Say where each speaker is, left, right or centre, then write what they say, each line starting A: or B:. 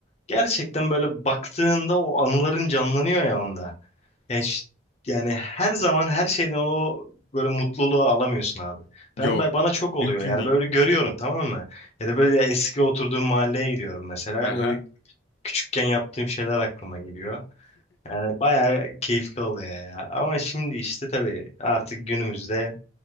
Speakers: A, on the left; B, on the left.
A: gerçekten böyle baktığında o anıların canlanıyor ya onda. Yani, ş- yani her zaman her şeyden o böyle mutluluğu alamıyorsun abi.
B: Yok.
A: Ben ben- bana çok oluyor
B: Mümkün
A: yani
B: değil.
A: böyle görüyorum tamam mı? Ya da böyle eski oturduğum mahalleye gidiyorum mesela.
B: Aha.
A: Böyle küçükken yaptığım şeyler aklıma geliyor. Yani bayağı keyifli oluyor ya. Ama şimdi işte tabii artık günümüzde